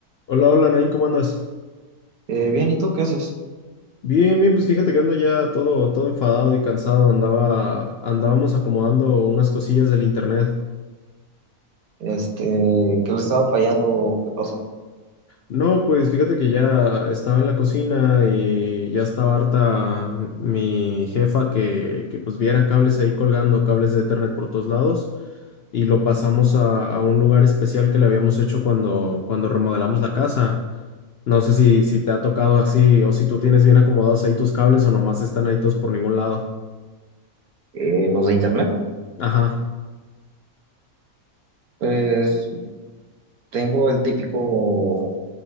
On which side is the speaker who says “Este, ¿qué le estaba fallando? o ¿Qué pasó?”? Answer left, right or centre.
Right